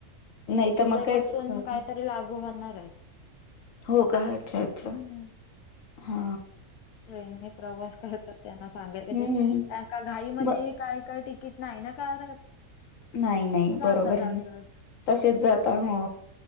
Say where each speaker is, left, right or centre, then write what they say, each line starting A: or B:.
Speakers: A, on the left (about 80°); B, on the left (about 60°).
A: एक
B: नाही तर
A: जुलै
B: मग काय
A: पासून
B: कळत
A: काहीतरी
B: नाही.
A: लागू होणार आहे.
B: हो का अच्छा अच्छा
A: हम्म
B: हा.
A: ट्रेनने प्रवास करत त्यांना सांगाय पाहिजे
B: हं.
A: त्यां घाईमध्ये
B: मग
A: काय काय टी किट नाही ना काढत.
B: नाही नाही
A: जातात
B: बरोबर
A: असंच.
B: आहे. तसेच जाता हो.